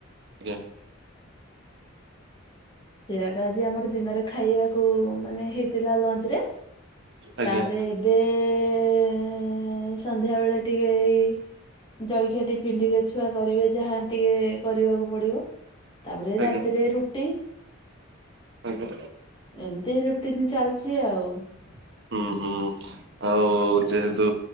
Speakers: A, on the right (about 55°); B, on the left (about 25°).
A: ଆଜ୍ଞା।
B: ସେରକ ଆଜି ଆମର ଦିନରେ ଖାଇବାକୁ ମାନେ ହେଇଥିଲା ଲଞ୍ଚ ରେ
A: ଆଜ୍ଞା
B: ତାପରେ ଏବେ ଏ ଏ ଏ ଏ ସନ୍ଧ୍ୟା ବେଳେ ଟିକେ ଏଇ ଜଳଖିଆ ଟିକେ ଟିଫିନ୍ ଟିକେ ଛୁଆ କରିବେ ଯାହା ଟିକେ କରିବାକୁ ପଡିବ । ତାପରେ
A: ଆଜ୍ଞା
B: ରାତିରେ ରୁଟି ।
A: ଆଜ୍ଞା
B: ଏମିତି ରୁଟିିନ ଚାଲିଛି ଆଉ ।
A: ହୁଁ ହୁଁ ଆଉ ଯେହେତୁ